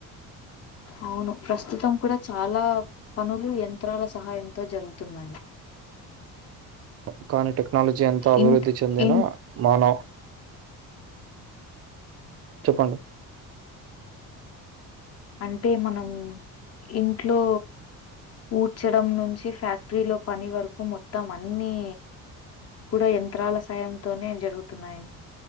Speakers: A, on the left; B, on the right.
A: అవును ప్రస్తుతం కూడా చాలా పనులు యంత్రాల సహాయంతో జరుగుతున్నాయి
B: అ కానీ టెక్నాలజీ అంత అభివృద్ధి
A: ఇంట్
B: చెందినా
A: ఇన్
B: మనం చెప్పండి
A: అంటే మనం ఇంట్లో ఊడ్చడం నుంచి ఫ్యాక్టరీలో పని వరకు మొత్తం అన్ని కూడా యంత్రాల సాయంతోనే జరుగుతున్నాయి